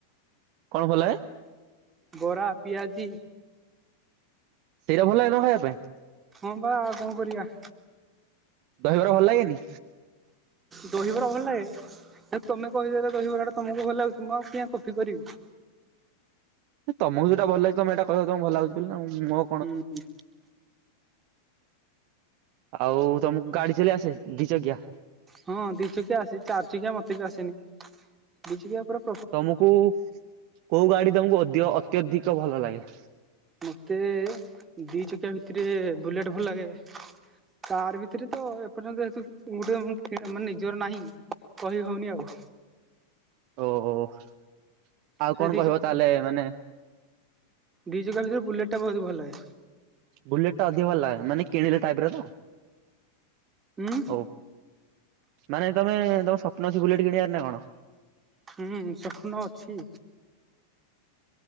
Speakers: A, on the right; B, on the right.
A: କଣ ଭଲାଏ
B: ବରା ପିଆଜି
A: ସେଇଟା ଭଲ ଲାଗେ ତମକୁ ଖାଇବା ପାଇଁ
B: ହଁ ବା ଆଉ କଣ କରିବା
A: ଦହିବରା ଭଲ ଲାଗେନି
B: ଦହିବରା ଭଲ ଲାଗେ ତମେ କହିଦେଲେ ଦହିବରାଟା ତମକୁ ଭଲ ଲାଗୁଛି ମୁଁ ଆଉ କିଆଁ କଫି କରିବି
A: ତମକୁ ଯୋଉଟା ଭଲ ଲାଗଛି ତମେ ହେଟା କର ତମକୁ ଭଲ ଲାଗୁଛି ବୋଲି ନା ଆଉ ମୋ
B: ହୁଁ ହୁଁ
A: ଆଉ ତମକୁ ଗାଡି ଚଲେଇ ଆସେ ଦି ଚକିଆ
B: ହଁ ଦି ଚକିଆ ଆସେ ଚାରି ଚକିଆ ମତେ ବି ଆସେନି ଦି ଚକିଆ ପରା
A: ତମକୁ କୋଉ ଗାଡି ତମକୁ ଅ ଅତ୍ୟଧିକ ଭଲ ଲାଗେ
B: ମତେ ଦି ଚକିଆ ଭିତରେ ବୁଲେଟ ଭଲ ଲାଗେ କାର ଭିତରେ ତ ଏପର୍ଯ୍ୟନ୍ତ ଗୋଟେ ମାନେ ନିଜର ନାହିଁ କହି ହଉନି ଆଉ
A: ଓହୋ ଆଉ
B: ସେ
A: କଣ କହିବ ତାହେଲେ ମାନେ
B: ଦୁଇ ଚକିଆ ଭିତରେ ବୁଲେଟ୍ ଟା ବହୁତ ଭଲେ
A: ବୁଲେଟ ଟା ଅଧିକ ଭଲ ଲାଗେ ମାନେ କିଣିଲେ ଟାଇପ ର ତ
B: ହୁଁ
A: ହଉ ମାନେ ତମେ ତମ ସ୍ୱପ୍ନ ଅଛି ବୁଲେଟ କିଣିବାର ନା କଣ
B: ହୁଁ ସ୍ୱପ୍ନ ଅଛି